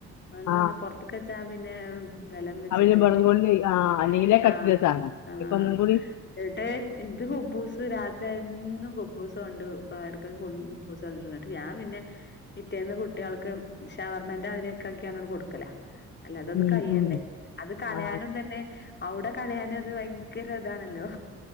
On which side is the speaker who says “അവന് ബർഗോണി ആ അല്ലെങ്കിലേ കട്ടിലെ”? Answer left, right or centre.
Left